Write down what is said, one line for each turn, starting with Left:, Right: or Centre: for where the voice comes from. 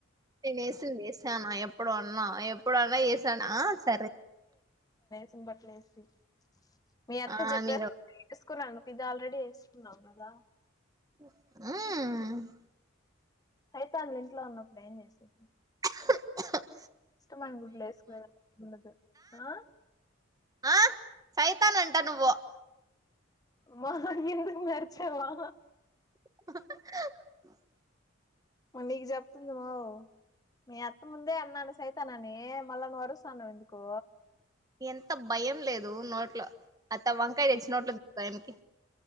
Right: నే నే చేశానా ఎప్పుడు అన్నా ఎప్పుడన్నా చేసానా ఆ సరే
Left: సింబట్లేసి మీ అత్త
Right: ఆ
Left: చెప్పే
Right: మీరు
Left: చేసుకున్నాను ఇది ఆల్రెడీ వేసుకున్నాం కదా
Right: ఉమ్
Left: సైతాన్లు ఇంట్లో ఉన్నప్పుడు ఏం చేసేది
Right: ఆ
Left: ఇష్టమైన గుట్లేసుకు ఉండదు ఆ
Right: ఆ సైతాన్ అంటా నువ్వు
Left: మా ఎందుకు మే అరిచమా
Right: ఆ
Left: ఉంనీకు చెప్తుందిమో మీ అత్తముందే అన్నాను సైతన్ అని హే మల్ల నువ్వు అరుస్తన్నావ్ ఎందుకు
Right: ఎంత భయం లేదు నోట్ల అత్త వంకాయ తెచ్చి నోట్ల టైంకి